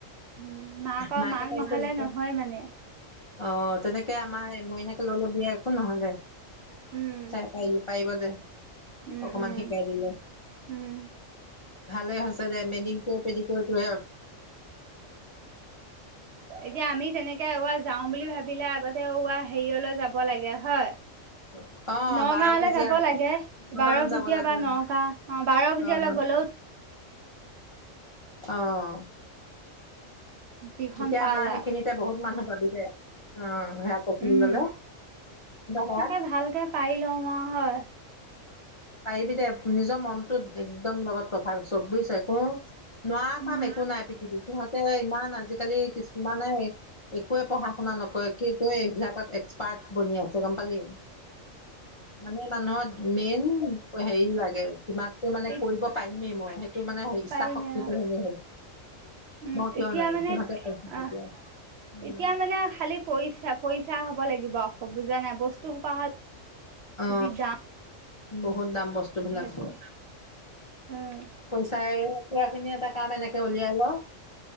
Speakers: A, on the right; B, on the left.
A: উম মাকৰ
B: মাকে
A: মাক
B: পাইছে
A: নহলে
B: যেতিয়া
A: নহয় মানে
B: আহ তেনেকে আমাৰ মইনাক দ একো নহলে
A: উম
B: তাই পাৰি পাৰিব ফে
A: উম
B: অকমান
A: উম
B: শিকাই দিলে।
A: উম
B: ভালে হৈছে দে মেদিনং ক পেডিক টোৱে
A: এতিয়া আমি তেনেকে বাৰ যাও বুলি ভাবিলে আগতে ৱা হেৰিয়লৈ যাব লাগে হয়
B: অ',
A: নগাঁওলে
B: বাৰপূজীয়া
A: যাব লাগে।
B: নগাঁও
A: বাৰ
B: যাব
A: বুজিয়া
B: লাগে
A: বা নগা- অ' বাৰ বুজিয়াল
B: অ',
A: কলৈ
B: অ'।
A: যিখন
B: এতিয়া
A: পালা
B: আমাৰ সেইখিনিতে বহুত মানুহ পাবি দে। অ' সেয়া
A: উম
B: <unintelligible> সেয়াত
A: তাকে, ভালকে পাৰি লওঁ অ' হয়।
B: পাৰিবি দে। নিজৰ মনটোত একদম লগত কথা আৰু। ছ- বুইছা? একো নোৱাৰা
A: উম
B: কাম একো নাই পৃথিৱীত। তহঁতে ইমান আজিকালি কিছুমানে একোৱে পঢ়া-শুনা নকৰে। কিন্তু এই বিলাকত এক্সপাৰ্ট বনি আছে, গম পালি? মানে মানুহত মেইন হেৰি লাগে, কিবাকে মানে
A: এতিয়া
B: কৰিব
A: উম
B: পাৰিমে
A: উম
B: মই। সেই টো মানে
A: এই
B: ইচ্ছা
A: পাৰিমে
B: শক্তিটো
A: অ
B: হ'লেই হ'ল।
A: উম,
B: মই কিয়
A: এতিয়া
B: নোৱাৰিম
A: মানে
B: সিহঁতে পাৰিছে তেতিয়া
A: অ'-
B: উম
A: এতিয়া মানে খালি পইছা- পইছা হ'ব লাগিব। হ বুজা নাই। বস্তুসোপা
B: অ
A: যি দাম
B: বহুত দাম বস্তু বিলাক।
A: সেইটোৱে উম
B: পইচাই কৰাখিনি এটা কাম এনেকে উলিয়াই ল'।